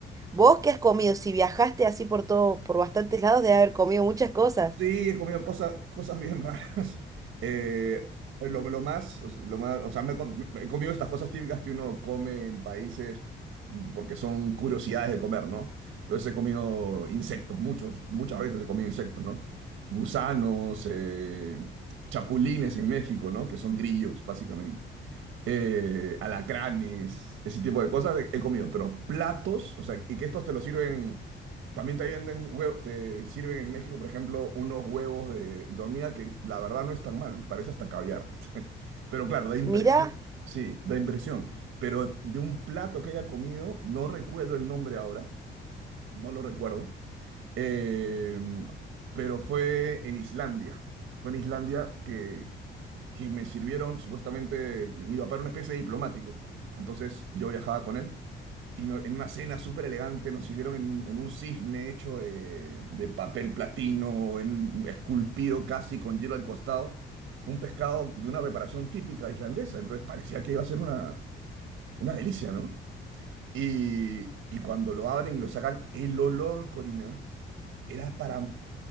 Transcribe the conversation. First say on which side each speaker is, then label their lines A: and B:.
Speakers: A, on the right; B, on the right.
A: ¿Vos qué has comido? Si viajaste así por todo, por bastantes lados, de haber comido muchas cosas.
B: Sí, he comido cosas, cosas bien raras. <laughs> Eh, lo, lo más, lo más, o sea, me, he com- me he comido estas cosas típicas que uno come en países mm, porque son curiosidades de comer, ¿no? Entonces he comido insectos, muchos, muchas veces he comido insectos, ¿no? Gusanos, eh, chapulines en México, ¿no? Que son grillos, básicamente eh, alacranes, ese tipo de cosas he he comido, pero platos, o sea, y que estos te los sirven, también te venden huevos, te sirven en México, por ejemplo, unos huevos de, de hormiga que la verdad no es tan mal, parece hasta caviar, <laughs> pero claro, da impresión,
A: Mira,
B: sí, da impresión, pero de un plato que haya comido, no recuerdo el nombre ahora, no lo recuerdo, eh, pero fue en Islandia. Fue en Islandia que, que me sirvieron, supuestamente, mi papá era una especie de diplomático. Entonces yo viajaba con él y no- en una cena súper elegante nos sirvieron en un, en un cisne hecho de, de papel platino, en- esculpido casi con hielo al costado, un pescado de una preparación típica islandesa. Entonces parecía que iba a ser una, una delicia, ¿no? Y, y cuando lo abren y lo sacan, el olor, Corina era para